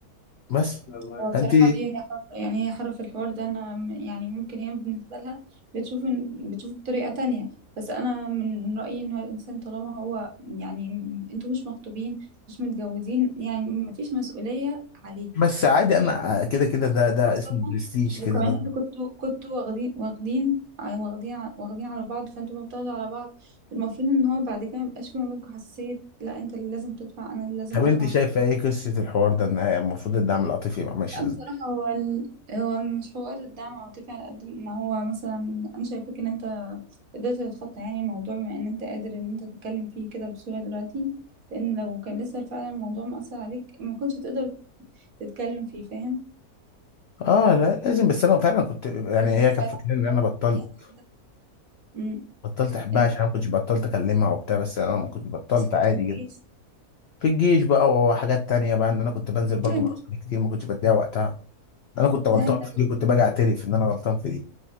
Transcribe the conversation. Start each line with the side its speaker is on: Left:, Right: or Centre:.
Left: بس
Right: هو بصراحة
Left: فانت
Right: دي هي حر يعني هي حر في الحوار ده أنا م- يعني ممكن هي بالنسبة لها بتشوف إن- بتشوف بطريقة تانية بس أنا من رأيي إن هو الإنسان طالما هو يعني م- أنتوا مش مخطوبين مش متجوزين يعني مفيش مسؤولية عليك
Left: بس عادي انا كده كده ده ده
Right: خاصة
Left: اسمه برستيج
Right: وكمان
Left: كده ده
Right: أنتوا كنتوا كنتوا واخدين واخدين ع- واخدين ع- واخدين على بعض فأنتوا ما بتاخدوا على بعض المفروض إن هو بعد كده ميبقاش في ما بينكم حساسية لا أنت اللي لازم تدفع أنا اللي لازم
Left: طب
Right: أدفع
Left: انت شايفه ايه قصه الحوار ده ان هي المفروض الدعم العاطفي يبقى ماشي
Right: لا،
Left: ازاي
Right: بصراحة هو ال- هو مش حوار الدعم العاطفي على قد ما هو مثلا أنا شايفاك إن أنت قدرت تتخطى يعني الموضوع بما إن أنت قادر إن أنت تتكلم فيه كده بسهولة دلوقتي لأن لو كان لسه فعلا الموضوع مأثر عليك ما كنتش هتقدر تتكلم فيه فاهم
Left: اه لا لازم بس انا فعلا كنت يعني هي
Right: فلا
Left: كانت فاكره ان انا بطلت
Right: يعني أنت أمم،
Left: بطلت احبها
Right: أنتوا
Left: عشان انا ما كنتش بطلت اكلمها وبتاع بس انا ما كنت بطلت
Right: بس كنت
Left: عادي
Right: في الجيش
Left: جدا في الجيش بقى وحاجات تانية بقى ان انا كنت بنزل برضو
Right: لا أنت
Left: مع اصحابي كتير ما كنتش بديها وقتها انا كنت غلطان
Right: لا أنت
Left: في دي كنت باجي اعترف ان انا غلطان في دي